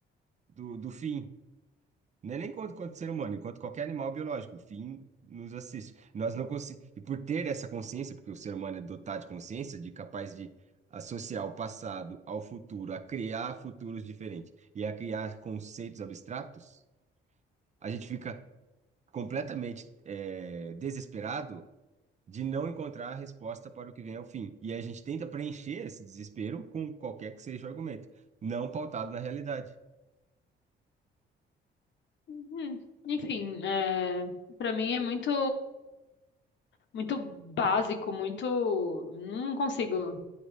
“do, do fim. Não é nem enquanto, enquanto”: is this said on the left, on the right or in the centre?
Right